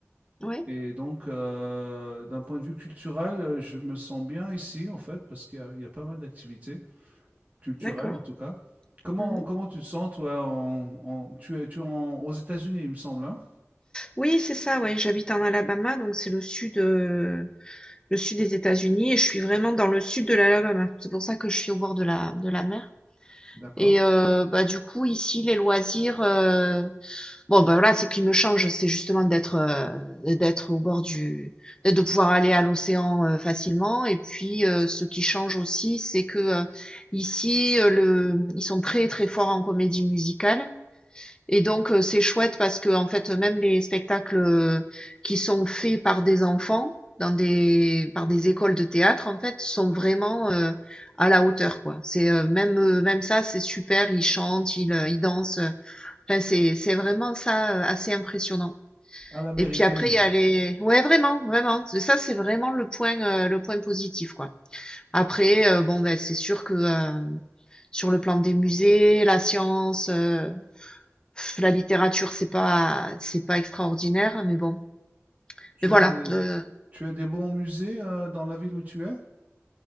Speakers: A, on the left (about 15°); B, on the right (about 35°).
A: Oui,
B: Et donc, euh, d'un point de vue culturel, euh, je me sens bien ici, en fait, parce qu'il y a, il y a pas mal d'activités culturelles,
A: d'accord.
B: en tout cas. Comment,
A: Mhm.
B: comment tu te sens, toi, en, en- tu es, tu es en- aux États-Unis, il me semble, hein?
A: Oui, c'est ça, oui. J'habite en Alabama, donc c'est le sud, euh, le sud des États-Unis, et je suis vraiment dans le sud de l'Alabama. C'est pour ça que je suis au bord de la, de la mer.
B: D'accord.
A: Et euh, bah du coup, ici, les loisirs, euh, Bon, ben voilà, ce qui me change, c'est justement d'être euh, d'être au bord du, de pouvoir aller à l'océan euh, facilement. Et puis, euh, ce qui change aussi, c'est que euh, ici, euh, le, ils sont très très forts en comédie musicale. Et donc, euh, c'est chouette parce que en fait, même les spectacles euh, qui sont faits par des enfants dans des par des écoles de théâtre, en fait, sont vraiment euh, à la hauteur, quoi. C'est euh, même euh, même ça, c'est super. Ils chantent, ils, euh, ils dansent. euh, Enfin, c'est c'est vraiment ça, heu, assez impressionnant.
B: À l'américaine.
A: Et puis après, il y a les ouais, vraiment, vraiment. C'est ça, c'est vraiment le point, heu, le point positif, quoi. Après, heu, bon, ben c'est sûr que, hem, sur le plan des musées, la science, heu, la littérature, c'est pas c'est pas extraordinaire, mais bon.
B: Tu
A: Mais voilà,
B: as des,
A: heu,
B: tu as des bons musées, euh, dans la ville où tu es?